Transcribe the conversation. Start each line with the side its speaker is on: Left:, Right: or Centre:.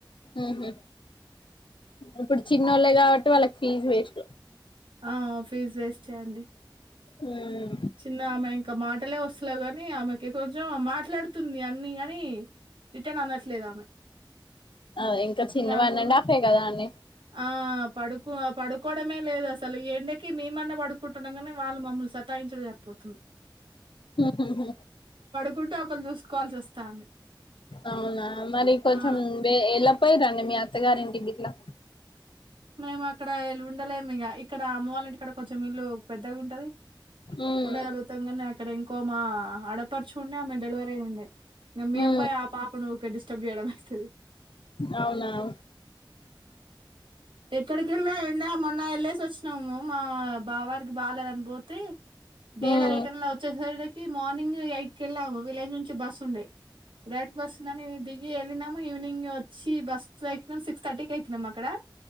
Left: ఉహు ఇప్పుడు చిన్నోళ్ళే కాబట్టి వాళ్ళకి ఫీజ్ వేస్ట్.
Right: ఆ ఫీజ్ వేస్ట్ అండి.
Left: హ్మ్
Right: చిన్న ఆమె ఇంకా మాటలే వస్తన్నా కాని ఆమెకి కొంచెం మాట. మాట్లాడుతుంది అన్ని గాని. రిటర్న్ అనట్లేదు ఆమె
Left: అ ఇంకా
Right: చిన్నగున్
Left: చిన్నవన్నండికాయి కదా అీ
Right: ఆ పడుకో పడుకోవడమే లేదు అసలు ఎండకి మేమన్నా పడుకుంటున్నా కానే వాళ్ళు మమ్మల్ని సతాయించడం సరిపోతుంది
Left: ఉహుం హ్మ్
Right: స్ కుటుొలు చూసుకోవాల్సి వస్తాంది
Left: అవునా మరి కొంచెం
Right: ఆ
Left: ఎలా పోయి రాండి మీ అత్తగారింటికిట్లా
Right: మేము అక్కడ ఉండలేము ఇక ఇక్కడ అమ్మ వాళ్ళంటిడ కొంచెం ఇల్లు పెద్దగా ఉంటది
Left: ఉమ్
Right: కుడా అలుతంగానే ఇక్కడ ఇంకో మా ఆడపరుచు ఉండే ఆమె డెలివరీ అయి ఉండే మేము
Left: ఉమ్
Right: పోయి ఆ పాపను డిస్టర్బ్ చెయ్యడం అయితది
Left: అవునావు
Right: ఎక్కడకిలో ఎండి మొన్నల్ సి వచ్చినాము మా బా వారికి బాగాలేదని పోతే డేలా
Left: ఉమ్
Right: రిటర్న్ ఎలా వచ్చస ఈ మార్నింగ్ ఎయిట్ కెళ్లా విలేజ్ నుంచి బస్ ఉంది రెడ్ బస్ ఉందని ఇది ఇ వెళ్ళినాము ఈవినింగ్ వచ్చి బస్ ఎక్కినాం సిక్స్ థర్టీకి ఎక్కినము అక్కడ